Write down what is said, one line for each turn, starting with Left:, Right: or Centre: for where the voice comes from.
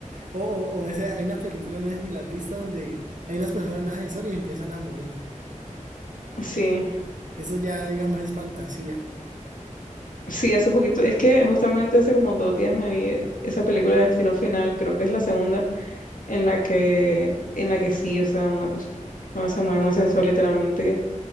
Right: O, o, o ese, hay una película, no sé si la has visto, donde hay unas personas en un ascensor y empiezan a morir.
Left: Sí.
Right: Eso ya, digamos, es fantasía.
Left: Sí, hace poquito, es que justamente hace como dos días me vi esa película de Destino Final, creo que es la segunda, en la que, en la que sí, o sea, una persona se muere en un ascensor literalmente,